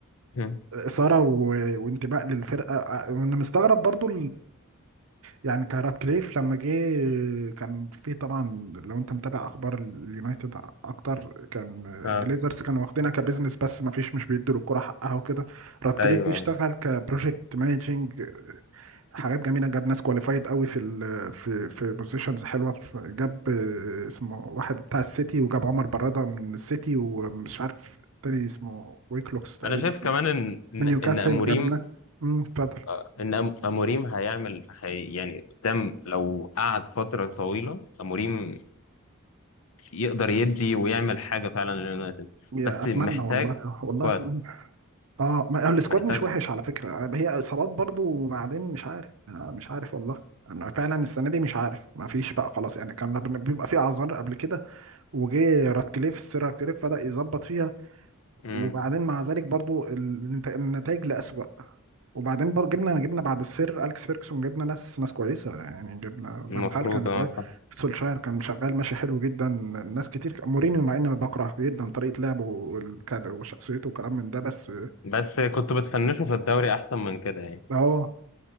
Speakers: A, on the left; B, on the right.
A: <laughs>
B: إثارة و- وانتماء للفرقة آه، وانا مستغرب برضو يعني كارات كليف لما جه كان في طبعا لو انت متابع اخبار اليونايتد اكتر كان
A: اه
B: الجليزرز كانوا واخدينها كبزنس بس ما فيش مش بيدوا الكرة حقها وكده رات كليف
A: ايوه
B: جه اشتغل كبروجكت مانجنج حاجات جميله جاب ناس كواليفايد قوي في ال في في بوزيشنز حلوه في جاب آه، اسمه واحد بتاع السيتي وجاب عمر براده من السيتي ومش عارف تاني اسمه ويكلوكس تقريبا
A: انا شايف كمان ان ان
B: من نيوكاسل
A: إن اموريم
B: جاب ناس مم، اتفضل
A: آه، ان أم- اموريم هيعمل هي يعني قدام لو قعد فتره طويله اموريم يقدر يدي ويعمل حاجه فعلا لليونايتد
B: يا
A: بس
B: اتمنى
A: محتاج
B: والله
A: سكواد
B: والله اتمنى اه ما السكواد
A: محتاج
B: مش وحش على فكره آه، هي اصابات برضو وبعدين مش عارف آه، مش عارف والله انا فعلا السنه دي مش عارف ما فيش بقى خلاص يعني كان بن- بيبقى في اعذار قبل كده وجه راتكليف السير راتكليف بدا يظبط فيها
A: امم
B: وبعدين مع ذلك برضو النتائج لأسوأ وبعدين برضو جبنا جبنا بعد السير اليكس فيركسون جبنا ناس ناس كويسه يعني جبنا
A: المفروض
B: فان خال كان كويس
A: اه صح
B: سولشاير كان شغال ماشي حلو جدا ناس كتير مورينيو مع اني بكره جدا طريقه لعبه والك- وشخصيته وكلام من ده بس
A: بس كنت بتفنشوا في الدوري احسن من كده يعني
B: اه